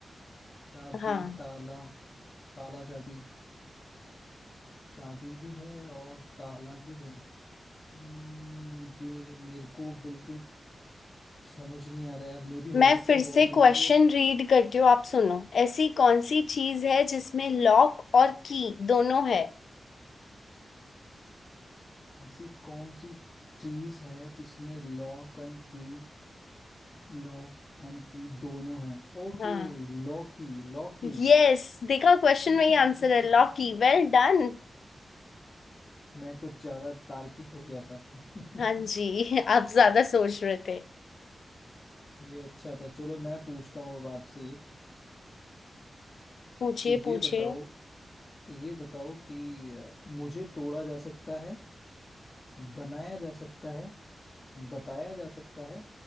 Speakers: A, on the left; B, on the left.
A: चाबी
B: हाँ
A: ताला ताला चाबी चाबी भी है और ताला भी है हम्म, ये मेरे को बिल्कुल समझ नहीं आ रहा यार मे भी
B: मैं
A: हो सकता
B: फिर
A: है
B: से
A: बहुत इजी
B: क्वेश्चन
A: हो
B: रीड करती हूँ आप सुनो ऐसी कौन सी चीज है जिसमें लॉक और की दोनों है
A: ऐसी कौन सी चीज है जिसमें लॉक एंड की लॉक एंड की दोनों हैं ओके
B: हाँ
A: लॉकी लॉकी
B: यस देखा क्वेश्चन
A: <laughs>
B: में ही आंसर है लॉक की Well done
A: मैं कुछ ज्यादा तार्किक हो गया था <laughs>
B: हाँ जी <laughs> आप ज्यादा सोच रहे थे
A: ये अच्छा था चलो मैं पूछता हूँ अब आपसे एक
B: पूछिए
A: तो ये
B: पूछिए
A: बताओ ये बताओ कि अ, मुझे तोड़ा जा सकता है बनाया जा सकता है बताया जा सकता है